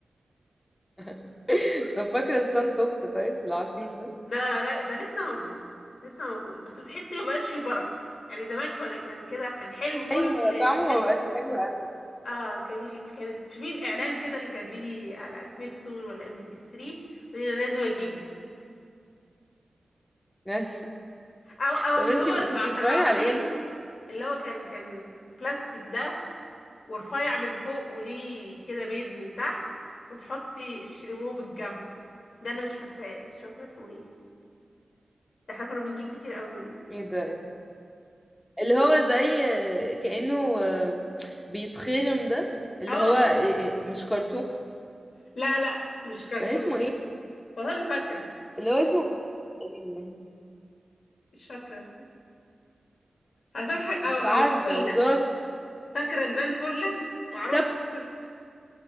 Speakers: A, on the left; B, on the left.
A: <laughs> طب فاكره الصن توب طيب العصير ده
B: لا لا ده لسه موجود لسه موجود بس بتحسي ما بقاش فيه بركه يعني زمان كان كان كده كان حلم كل
A: ايوه طعمه
B: الناس
A: ما بقاش حلو قوي
B: اه كان كانت تشوفي الاعلان كده اللي كان بيجي على سبيس تون ولا ام بي سي 3 انا لازم اجيبه
A: <laughs> ايوه
B: او او
A: طب
B: اللي
A: انتي
B: هو الع-
A: كنتي بتتفرجي
B: العصير
A: على ايه وانت
B: اللي هو كان كان بلاستيك ده ورفيع من فوق وليه كده بيز من تحت وتحطي الشريمو بالجنب ده انا مش فاكراه مش فاكره اسمه ايه ده احنا كنا بنجيب كتير قوي منه
A: ايه ده اللي هو زي كأنه آه، بيتخرم ده اللي
B: اه
A: هو إيه، إيه، مش كرتون
B: لا لا مش كرتون
A: كان اسمه ايه
B: والله ما فاكره
A: اللي هو اسمه تقريبا
B: مش فاكره انا فاكره
A: مش
B: او
A: عارفة
B: او فله
A: بس هو
B: فاكره البان فله وعروس
A: كاب
B: فلة.